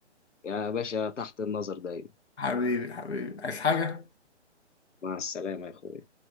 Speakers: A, on the left; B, on the left.
A: يا باشا تحت النظر دايما
B: حبيبي حبيبي عايز حاجه
A: مع السلامة يا أخوي